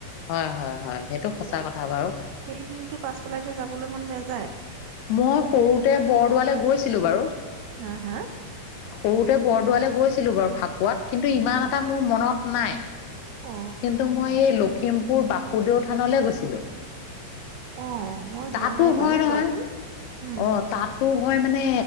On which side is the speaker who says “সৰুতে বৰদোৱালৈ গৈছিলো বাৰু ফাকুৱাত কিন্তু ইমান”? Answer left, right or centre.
Left